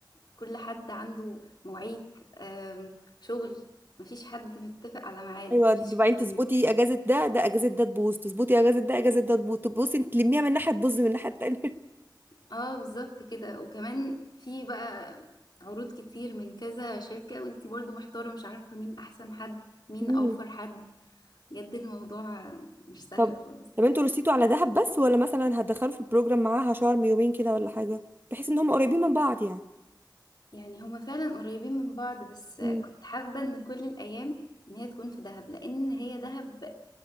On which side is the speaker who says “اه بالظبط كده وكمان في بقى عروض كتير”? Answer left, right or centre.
Left